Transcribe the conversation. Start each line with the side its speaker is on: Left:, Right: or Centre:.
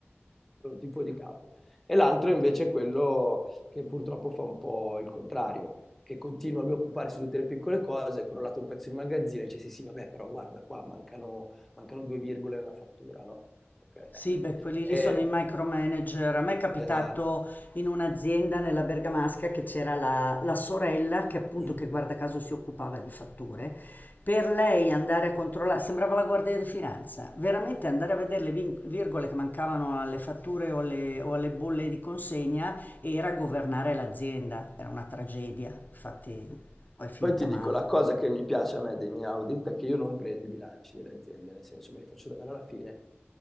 Centre: per un tipo di capo. E l'altro invece è quello che purtroppo fa un po' il contrario, che continua lui a occuparsi di tutte le piccole cose, è crollato un pezzo di magazzino e dice sì sì vabbè però guarda qua mancano, mancano due virgole nella fattura, no? Ok, ecco.
Left: Sì, beh, quelli
Centre: E-
Left: lì sono i micromanager. A me è capitato
Centre: esatto.
Left: in un'azienda nella Bergamasca che c'era la, la sorella che appunto,
Centre: <clears throat>
Left: che guarda caso si occupava di fatture. Per lei andare a controllare, sembrava la guardia di finanza, veramente andare a vedere le vin- virgole che mancavano alle fatture o alle, o alle bolle di consegna era governare l'azienda. Era una tragedia, infatti poi è finita
Centre: Poi ti
Left: male,
Centre: dico, la cosa che mi piace a me dei miei audit è che io non prendo i bilanci delle aziende, nel senso me li faccio dare alla fine.